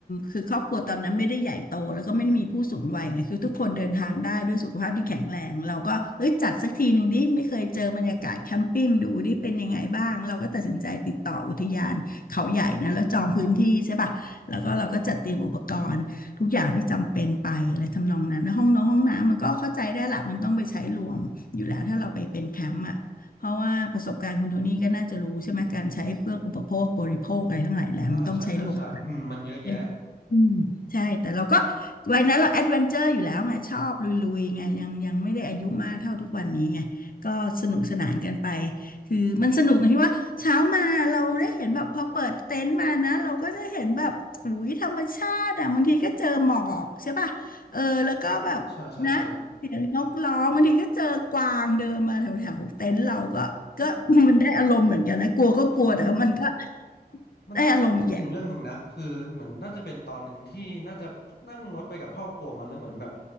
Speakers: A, on the left; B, on the left.
A: คือครอบครัวตอนนั้นไม่ได้ใหญ่โตแล้วก็ไม่ได้มีผู้สูงวัยไงคือทุกคนเดินทางได้ด้วยสุขภาพที่แข็งแรงเราก็เอ้ยจัดสักทีหนึ่งดิไม่เคยเจอบรรยากาศแคมปิ้งดูดิเป็นยังไงบ้างเราก็ตัดสินใจติดต่ออุทยานเขาใหญ่นะแล้วจองพื้นที่ใช่ป่ะแล้วก็เราก็จัดเตรียมอุปกรณ์ทุกอย่างที่จำเป็นไปอะไรทำนองนั้นนะห้องน้องห้องน้ำมันก็เข้าใจได้ละมันต้องไปใช้รวมอยู่แล้วถ้าเราไปเป็นแคมป์อ่ะ เพราะว่าประสบการณ์คุณโทนี่ก็น่าจะรู้ใช่ไหมการใช้เครื่องอุปโภคบริโภคอะไรทั้งหลายแหละมันต้องใช้รวมใ
B: อ่าใช่ใช่ใช่อืมมันเยอะแยะ
A: ช่ อืมใช่แต่เราก็วัยนั้นเราแอดเวนเจอร์อยู่แล้วไงชอบลุยๆไงยังยังไม่ได้อายุมากเท่าทุกวันนี้ไงก็สนุกสนานกันไปคือมันสนุกตรงที่ว่าเช้ามาเราได้เห็นแบบพอเปิดเต็นท์มานะเราก็จะเห็นแบบอุ้ยธรรมชาติอ่ะบางทีก็เจอหมอกใช่ป่ะเออแล้วก็แบบนะเสียงนกร้องบางทีก็เจอกวางเดินมาแถวแถวเต็นท์เราก็ก็
B: อ่าใช่ใช่ใช่อืม
A: <laughs> มันได้อารมณ์เหมือนกันนะกลัวก็กลัวแต่ว่ามันก็
B: มันมัน มันทำให้ผมคิดถึงเรื่องหนึ่งนะคือเหมือนน่าจะเป็นตอนหนึ่งที่น่าจะนั่งรถไปกับครอบครัวมาแล้วเหมือนแบบ
A: ได้อารมณ์อีกอย่าง